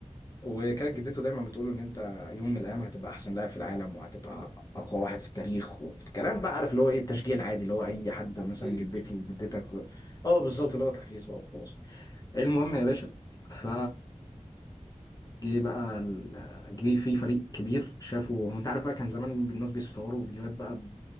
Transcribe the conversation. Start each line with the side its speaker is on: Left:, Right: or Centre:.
Left: وكانت جدته دايما بتقول له ان انت يوم من الايام هتبقى احسن لاعب في العالم وهتبقى اقوى واحد في التاريخ والكلام بقى عارف اللي هو ايه التشجيع العادي اللي هو اي حد
Centre: تحفيز
Left: مثلا جدتي
Centre: كده
Left: وجدتك و... اه بالظبط اللي هو تحفيز بقى وخلاص
Centre: مم.
Left: المهم يا باشا ف جه بقى ال- جه في فريق كبير شافوا انت عارف بقى كان زمان الناس بيصوروا فيديوهات بقى